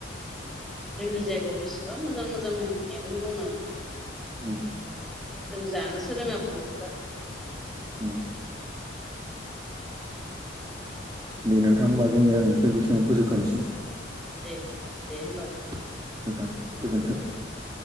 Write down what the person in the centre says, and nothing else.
जोंनि जायगायाव बेसेबा मोजां मोजां मैगं दङ।
जों जानोसो रोङा बर'फ्रा।
दे दे होमबा